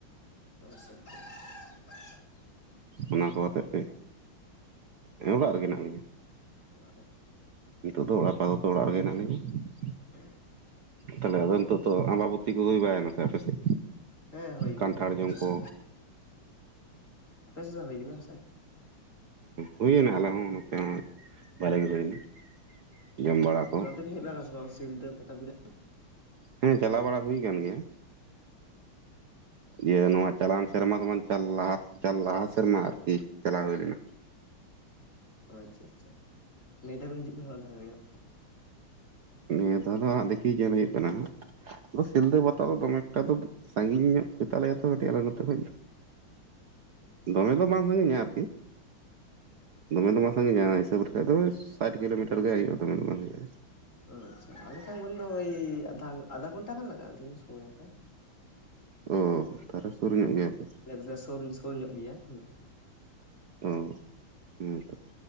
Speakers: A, on the left; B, on the right.
A: ᱟᱪᱷᱟ- ᱟᱪᱷᱟ, ᱟᱪᱷᱟ
B: ᱚᱱᱟ ᱠᱚ ᱣᱟᱛᱮᱫ ᱜᱮ ᱟᱫᱚ ᱚᱲᱟᱜ ᱨᱮᱜᱮ ᱢᱮᱱᱟᱜ ᱞᱤᱧᱟ
A: ᱚᱲᱟᱜ ᱨᱮ ᱜᱮ
B: ᱱᱤᱛᱚᱜ ᱫᱚ ᱚᱲᱟᱜ ᱛᱚ ᱚᱲᱟᱜ ᱨᱮᱜᱮ ᱦᱮᱱᱟᱜ ᱞᱤᱧᱟ
A: <inaudible>
B: ᱛᱟᱦᱚᱞᱮ ᱟᱫᱚ ᱱᱤᱛᱚᱜ ᱫᱚ, ᱟᱢᱵᱟᱵᱟᱹᱛᱤ ᱠᱚ ᱦᱩᱭ ᱵᱟᱲᱟᱭᱮᱱᱟ ᱥᱮ ᱟᱯᱮ ᱥᱮᱫ
A: ᱦᱮᱸ ᱦᱩᱭ ᱠᱟᱱᱟ᱾
B: ᱠᱟᱱᱴᱷᱟᱲ
A: ᱟᱢᱵᱟᱵᱚᱛᱤ
B: ᱡᱚᱢ ᱠᱚ
A: ᱫᱚ ᱟᱯᱮ ᱥᱮᱫ ᱦᱚᱸ ᱦᱩᱭ ᱠᱟᱱᱟ ᱦᱮᱸᱥᱮ᱾
B: ᱦᱩᱭᱱᱟ ᱟᱞᱮ ᱦᱚᱸ ᱱᱚᱛᱮ ᱦᱚᱸ ᱵᱷᱟᱞᱮ ᱜᱮ ᱦᱩᱭᱮᱱᱟ᱾ ᱡᱚᱢ ᱵᱟᱲᱟ ᱠᱚ
A: ᱟᱫᱚ ᱱᱚᱛᱮ ᱵᱤᱱ ᱦᱮᱡ ᱵᱟᱲᱟ ᱣᱟᱠᱟᱱᱟ ᱥᱮ ᱵᱟᱝ ᱥᱤᱞᱫᱟᱹ ᱯᱟᱴᱟᱵᱤᱸᱫᱟᱹ?
B: ᱦᱮᱸ ᱪᱟᱞᱟᱣ ᱵᱟᱲᱟ ᱦᱩᱭ ᱟᱠᱟᱱ ᱜᱮᱭᱟ᱾ ᱡᱮ ᱱᱚᱣᱟ ᱪᱟᱞᱟᱣᱮᱱ ᱥᱮᱨᱢᱟ ᱫᱚᱵᱟᱝ ᱪᱟᱨ ᱞᱟᱦᱟ ᱪᱟᱨ ᱞᱟᱦᱟ ᱥᱮᱨᱢᱟ ᱟᱨᱠᱤ ᱪᱟᱞᱟᱣ ᱦᱩᱭ ᱞᱮᱱᱟ᱾
A: ᱚ ᱟᱪᱪᱷᱟ ᱟᱪᱪᱷᱟ ᱱᱤᱭᱟᱹ ᱫᱷᱟᱣ ᱵᱤᱱ ᱦᱤᱡᱩᱜ ᱠᱟᱱᱟ ᱦᱚᱸ ᱛᱟᱦᱚᱞᱮ ᱟᱪᱪᱷᱟ
B: ᱱᱤᱭᱟᱹ ᱫᱷᱟᱣ ᱫᱚ ᱦᱟᱸᱜ ᱫᱮᱠᱷᱤ ᱧᱮᱞ ᱦᱩᱭᱩᱜ ᱠᱟᱱᱟ ᱦᱟᱸᱜ ᱟᱫᱚ ᱥᱤᱞᱫᱟᱹ ᱯᱟᱛᱟ ᱫᱚ ᱫᱚᱢᱮ ᱮᱠᱴᱟ ᱫᱚ ᱥᱟᱺᱜᱤᱧ ᱧᱚᱜ ᱜᱮᱛᱟ ᱞᱮᱭᱟ ᱛᱚ, ᱠᱟᱹᱴᱤᱡ ᱟᱞᱮ ᱱᱚᱛᱮ ᱠᱷᱚᱡ ᱫᱚ᱾
A: ᱟᱪᱪᱷᱟ
B: ᱫᱚᱢᱮ
A: ᱟᱪᱪᱷᱟ
B: ᱫᱚ ᱵᱟᱝ ᱥᱟᱝᱜᱤᱧᱟ ᱟᱨᱠᱤ ᱫᱚᱢᱮ ᱫᱚᱢ ᱥᱟᱺᱜᱤᱧᱼᱟ, ᱦᱤᱥᱟᱹᱵᱽ ᱞᱮᱠᱷᱟᱡ ᱫᱚ, ᱟᱴ ᱠᱤᱞᱳᱢᱤᱴᱟᱨ ᱜᱮ ᱦᱩᱭᱩᱜᱼᱟ, ᱫᱚᱢᱮ ᱵᱟᱝ ᱦᱩᱭᱩᱜᱼᱟ᱾
A: ᱟᱪᱪᱷᱟ ᱟᱞᱮᱴᱷᱮᱱ ᱠᱷᱚᱱ ᱫᱚ ᱳᱭ ᱟᱫᱷᱟ ᱟᱫᱷᱟ ᱜᱷᱚᱱᱴᱟ ᱜᱟᱱ ᱞᱟᱜᱟᱜᱼᱟ ᱠᱤ ᱥᱚᱢᱚᱭ ᱫᱚ᱾
B: ᱚᱻ ᱛᱟᱦᱞᱮ ᱥᱩᱨ ᱧᱚᱜ ᱜᱮᱭᱟᱯᱮ᱾
A: ᱟᱞᱮ ᱫᱚᱞᱮ ᱥᱩᱨ ᱥᱩᱨ ᱧᱚᱜ ᱜᱮᱭᱟᱸ᱾
B: ᱚ ᱦᱮᱸ ᱛᱚ᱾